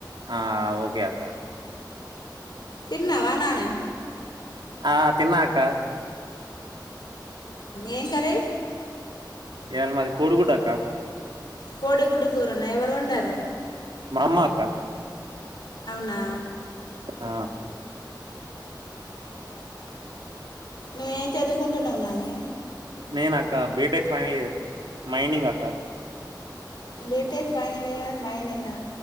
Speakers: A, on the right (about 80°); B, on the left (about 65°).
A: ఆ ఓకే అక్క
B: తిన్నావా నాని
A: ఆ తిన్నా అక్కా
B: ఏం కర్రీ
A: ఇయల మది కోడి గుడ్డు అక్క
B: కోడి గుడ్డు కూరన ఎవరు వండారు
A: మా అమ్మ అక్క
B: నా
A: ఆ
B: నువ్వేం చదువుకుంటున్నవ్ నానే
A: నేనక్క బీటెక్ ఫైనల్ ఇయర్ మైనింగ్ అక్క
B: బిటెక్ ఫైనల్ ఇయర్ మైనింగా